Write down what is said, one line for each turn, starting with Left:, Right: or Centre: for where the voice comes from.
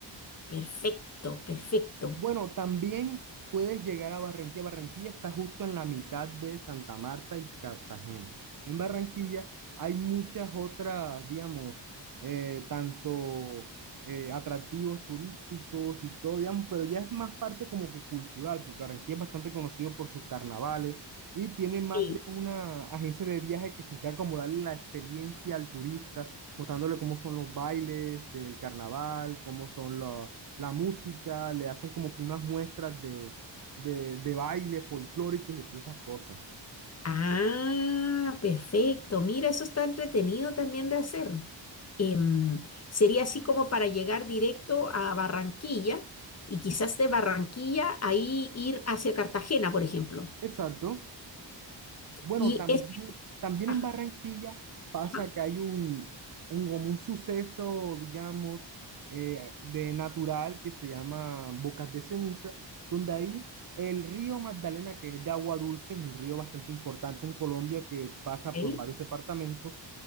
Left: Perfecto, perfecto.
Right: Bueno, también puedes llegar a Barranquilla. Barranquilla está justo en la mitad de Santa Marta y Cartagena. En Barranquilla hay muchas otras, digamos, eh, tanto eh, atractivos turísticos y todo, digamos, pero ya es más parte como que cultural, porque Barranquilla es bastante conocido por sus carnavales y tiene más
Left: Sí.
Right: de una agencia de viaje que se encarga como darle la experiencia al turista, mostrándole cómo son los bailes del carnaval, cómo son los la música, le hacen como que unas muestras de, de, de baile folclóricos y todas esas cosas.
Left: Ah, perfecto. Mira, eso está entretenido también de hacer. em, sería así como para llegar directo a Barranquilla y quizás de Barranquilla ahí ir hacia Cartagena, por ejemplo.
Right: Exacto. Bueno,
Left: Y
Right: también,
Left: es...
Right: también
Left: ajá,
Right: en Barranquilla pasa
Left: ajá,
Right: que hay un, un, como un suceso, digamos, eh, de natural que se llama Bocas de Ceniza, donde ahí el río Magdalena, que es de agua dulce, es un río bastante importante en Colombia que pasa
Left: ahí.
Right: por varios departamentos